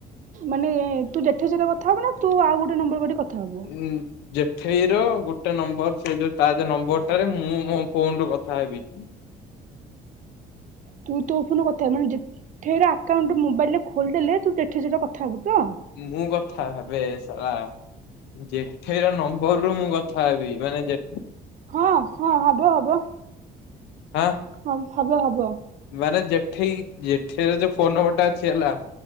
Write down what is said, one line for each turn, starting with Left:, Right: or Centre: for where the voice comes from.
Right: ମାନେ ତୁ ଯେଠେ ସହିତ କଥା ହବୁ ନା ତୁ ଆଉ ଗୋଟେ ନମ୍ବର କରି କଥା ହବୁ।
Left: ଉଁ ଜେଠେଇର ଗୋଟେ ନମ୍ବର ସେ ଯୋଉ ତା ଯୋଉ ନମ୍ବରଟାରେ ମୁଁ ମୋ ଫୋନରୁ କଥା ହେବି।
Right: ତୁ ତୋ ଫୋନରୁ କଥାହବୁ ମାନେ ଜେଠେଇର ଆକାଉଣ୍ଟ ମୋବାଇଲରେ ଖୋଲିଦଲେ ତୁ ଜେଠେଇ ସହିତ କଥା ହବୁ ତ?
Left: ମୁଁ କଥା ହେବେ ଶଳା। ଜେଠେଇର ନମ୍ବରରୁ ମୁଁ କଥା ହେବି ମାନେ ଯେ
Right: ହଁ ହଁ ହବ, ହବ,
Left: ଆଁ
Right: ହଁ ହବ, ହବ।
Left: ମାନେ ଯେଠେଇ ଯେଠିଇର ଯୋଉ ଫୋନ୍ ନମ୍ବରଟା ଅଛି ହେଲା